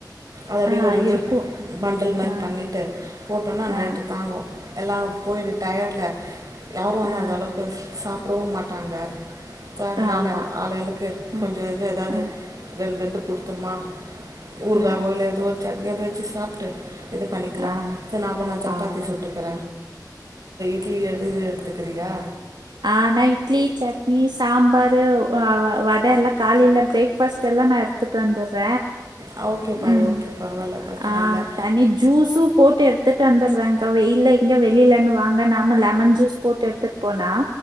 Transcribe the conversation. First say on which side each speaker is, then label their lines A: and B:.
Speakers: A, on the right (about 55°); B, on the right (about 80°).
A: அது அப்டியே
B: ஆ
A: ஒரு இது
B: இருக்கும்.
A: பண்டல் மாரி
B: ஆ
A: பண்ணிட்டு போட்டோனா நைட்டு
B: ஆ
A: தாங்கு எல்லா போய்டு டையர்ட்ல யாரு வந்து
B: ஆ
A: அந்த அளவுக்கு ச சா ரோ மாட்டாங்க சோ அதுனால
B: ஆமா.
A: ஆளாளுக்கு
B: அ
A: கொஞ்சோ இது ஏதாது
B: அ
A: ரெண்டு ரெண்டு குடுத்துமா ஊருகா
B: ஆ
A: போல ஏதோ சட்னியாவது வச்சு சாப்டு இது பண்ணிக்கலாம்
B: ஆ
A: இ நான் அப்போ சப்பாத்தி
B: ஆ
A: சுட்டுக்குற எடு எடு கத்துக்கிறியா
B: ஆ நா இட்லி, சட்னி, சாம்பாரு வ வ வட எல்லா காலையில பே ஃபர்ஸ்ட் எல்லா நா எடுத்துட்டு வந்துற.
A: ஆ ஓகேப்பா
B: ம்
A: ஓகே பரவாயில்ல பிரச்சனை
B: ஆ
A: இல்லை
B: தனி ஜூஸும் போட்டு எடுத்துட்டு வந்துடுறங் அ வெயில எங்க வெளிலென்ன வாங்க நாம லெமன் ஜூஸ் போட்டு எடுத்துட்டு போனா.